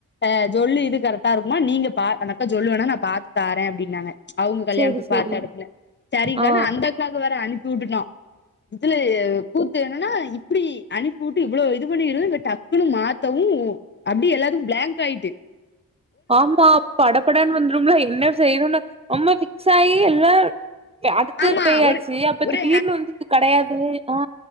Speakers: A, on the left (about 35°); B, on the right (about 20°).
A: ஆ ஜொல் இது கரக்ட்டா இருக்குமா நீங்க பா அந்தக்கா ஜொல் வேணா நா பாத்து தாரே அப்டின்னாங்க அவுங் கல்யாணத்துக்
B: சேரி சேரி
A: பாத்த எடத்துல செரிங்க்கான்னு
B: ஆ
A: அந்த அக்காக்கு வேற அனுப்பி உட்டுட்டோ இதுல கூத்து என்னன்னா இப்டி அனுப்பி உட்டு இவ்ளோ இது பண்ணீரு இங்க டக்குன்னு மாத்தவு அப்டியே எல்லாத்துக்கு ப்ளாங்க் ஆய்ட்டு
B: ஆமா படபடன் வந்துரும்ல என்ன செய்றோனு நம்ம ஃபிக்ஸ் ஆயி எல்லா அடுத்து
A: ஆமா
B: பேயாச்சு
A: ஒரு
B: அப்ப
A: ஒரு
B: திடீர்னு வந்து இது கடையாது ஆ